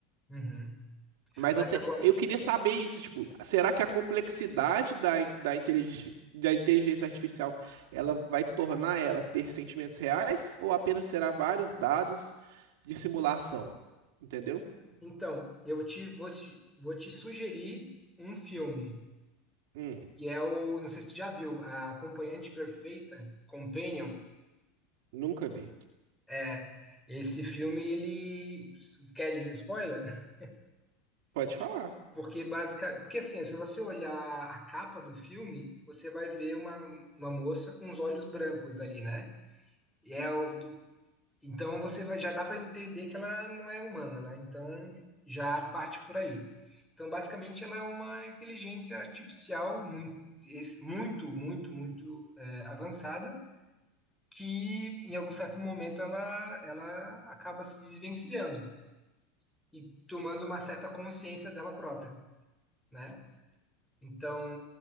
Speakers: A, in the centre; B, on the right.
A: uhum.
B: Mas
A: Mas
B: até
A: agora,
B: eu queria saber isso, tipo, será que a complexidade da, da inteligência, da inteligência artificial ela vai tornar ela ter sentimentos reais ou apenas será vários dados de simulação? Entendeu?
A: então, eu te vou, te vou te sugerir um filme
B: Hum,
A: que é o, não sei se tu já viu, a Acompanhante Perfeita, Companion.
B: nunca vi.
A: É, Esse filme, ele quer dizer spoiler?
B: Pode falar.
A: Porque basicamente, porque assim, se você olhar a capa do filme, você vai ver uma, uma moça com os olhos brancos ali, né? E é o do- então você vai, já dá para entender que ela não é humana, né? Então já parte por aí. Então basicamente ela é uma inteligência artificial muito, es- muito, muito, muito é, avançada que em algum certo momento ela, ela acaba se desvencilhando e tomando uma certa consciência dela própria, né? Então,